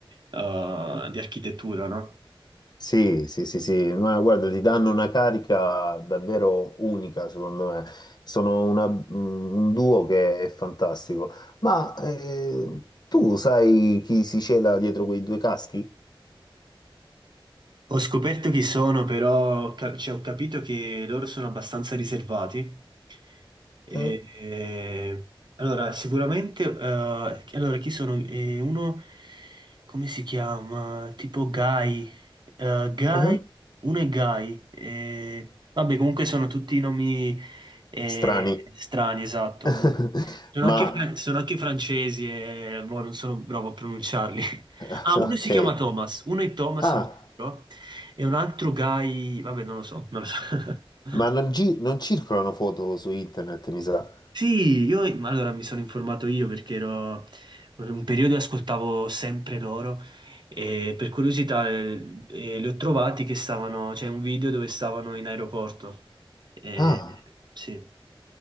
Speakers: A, on the right; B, on the left.
A: eh, di architettura, no?
B: Sì, sì, sì, sì, ma guarda, ti danno una carica davvero unica, secondo me. Sono una- mm, un duo che è fantastico. Ma eh, tu sai chi si cela dietro quei due caschi?
A: Ho scoperto chi sono, però ca- cioè, ho capito che loro sono abbastanza riservati. E-
B: Eh?
A: e- allora, sicuramente, eh, allora, chi sono? Eh, uno, come si chiama? Tipo Guy. Eh, Guy,
B: Mhm.
A: uno è Guy. Eh, vabbè, comunque sono tutti nomi eh,
B: Strani.
A: strani, esatto.
B: <laughs>
A: Comunque- Sono
B: Ma,
A: anche, fra- sono anche francesi e boh, non sono bravo a pronunciarli. <laughs>
B: <laughs>
A: Ah,
B: ok.
A: uno si chiama Thomas, uno è Thomas,
B: Ah.
A: sono sicuro. E un altro guy, vabbè, non lo so, non lo so. <laughs>
B: Ma non, gi- non circolano foto su internet, mi sa.
A: Sì, io ma allora mi sono informato io perché ero un periodo ascoltavo sempre loro e per curiosità eh, eh, li ho trovati che stavano, c'è un video dove stavano in aeroporto. Eh,
B: Ah,
A: sì,